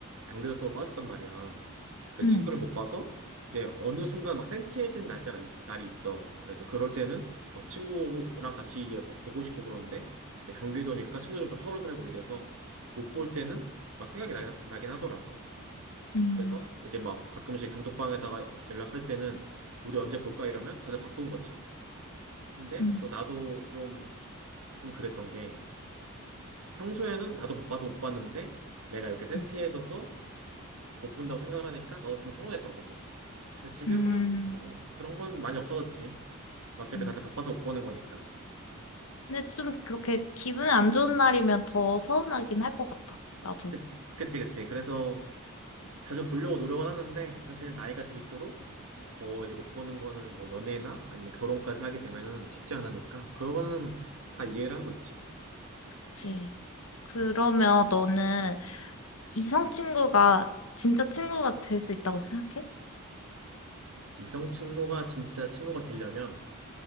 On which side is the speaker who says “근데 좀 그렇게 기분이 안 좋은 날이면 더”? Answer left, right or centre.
Left